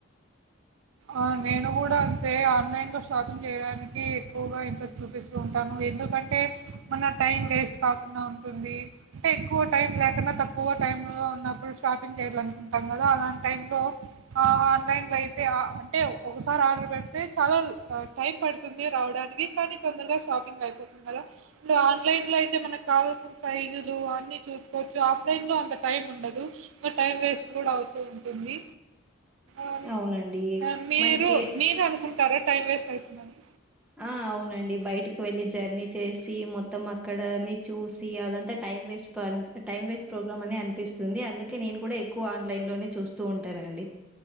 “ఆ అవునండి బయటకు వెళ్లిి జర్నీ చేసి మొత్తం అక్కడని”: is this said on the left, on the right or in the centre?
Centre